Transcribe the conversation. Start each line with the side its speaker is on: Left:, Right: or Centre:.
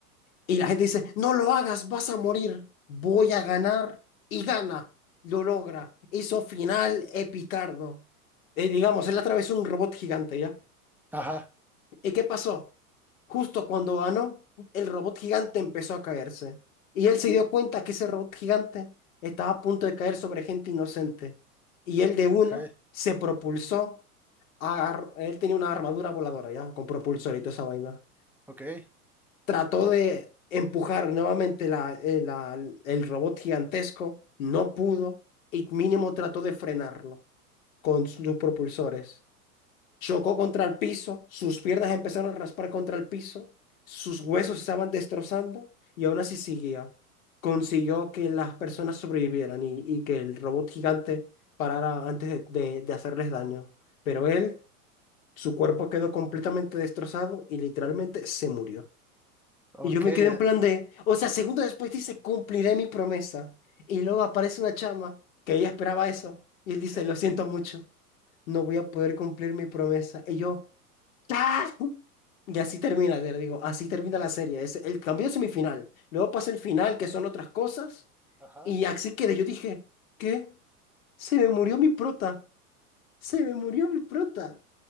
Left: Y la gente dice, no lo hagas, vas a morir, voy a ganar y gana, lo logra. Hizo final epicardo. Eh, digamos, él atravesó un robot gigante ya.
Centre: ajá,
Left: ¿Y qué pasó? Justo cuando ganó, el robot gigante empezó a caerse. Y él se dio cuenta que ese robot gigante estaba a punto de caer sobre gente inocente. Y él de una
Centre: ok,
Left: se propulsó. agar- él tenía una armadura voladora, ¿ya? Con propulsor y toda esa vaina.
Centre: ok.
Left: Trató de empujar nuevamente la, eh, la- el robot gigantesco. No pudo. Y mínimo trató de frenarlo con sus propulsores. Chocó contra el piso, sus piernas empezaron a raspar contra el piso, sus huesos se estaban destrozando y aún así seguía. Consiguió que las personas sobrevivieran y, y que el robot gigante parara antes de, de- de hacerles daño. Pero él, su cuerpo quedó completamente destrozado y literalmente se murió.
Centre: Ok,
Left: Y yo me
Centre: eh,
Left: quedé en plan de, o sea, segundos después dice, cumpliré mi promesa. Y luego aparece una chama que ella esperaba eso y él dice,
Centre: Sí,
Left: lo siento mucho no voy a poder cumplir mi promesa. Y yo, ¡Ah! Y así termina, te digo, así termina la serie. Es el cambio de semifinal. Luego pasa el final, que son otras cosas.
Centre: ajá.
Left: Y así quedé. Yo dije, ¿qué? Se me murió mi prota. Se me murió mi prota.